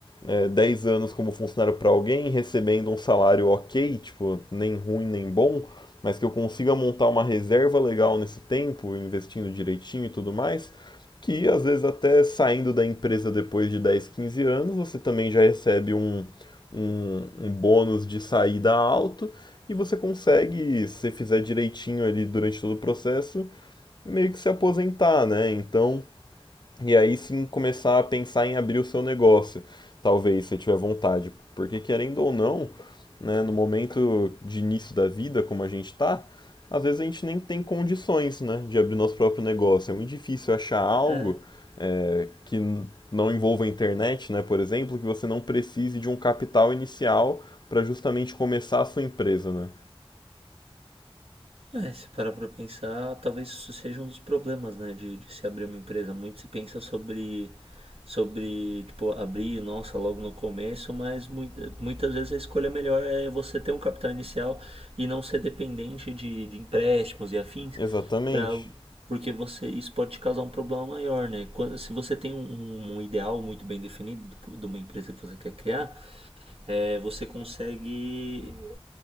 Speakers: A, on the left; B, on the right.
A: é, 10 anos como funcionário para alguém, recebendo um salário ok, tipo, nem ruim nem bom, mas que eu consiga montar uma reserva legal nesse tempo, investindo direitinho e tudo mais, que às vezes até saindo da empresa depois de dez quinze anos, você também já recebe um, um, um bônus de saída alto e você consegue, se fizer direitinho ali durante todo o processo, meio que se aposentar, né? Então, e aí sim começar a pensar em abrir o seu negócio, talvez, se tiver vontade. Porque querendo ou não, né, no momento de início da vida, como a gente tá, às vezes a gente nem tem condições, né, de abrir nosso próprio negócio. É muito difícil achar algo
B: É.
A: é, que não envolva a internet, né, por exemplo, que você não precise de um capital inicial para justamente começar a sua empresa, né?
B: É, se parar pra pensar, talvez isso seja um dos problemas, né, de, de se abrir uma empresa. Muito se pensa sobre, sobre, tipo, abrir, nossa, logo no começo, mas mui- muitas vezes a escolha melhor é você ter um capital inicial e não ser dependente de, de empréstimos e afins,
A: Exatamente.
B: pra, porque você, isso pode te causar um problema maior, né? Quando, se você tem um, um ideal muito bem definido do que- de uma empresa que você quer criar, é, você consegue